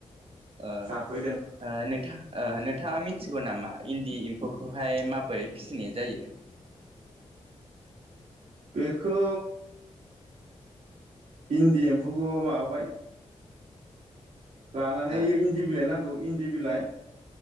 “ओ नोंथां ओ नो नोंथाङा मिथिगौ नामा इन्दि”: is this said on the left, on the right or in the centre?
Right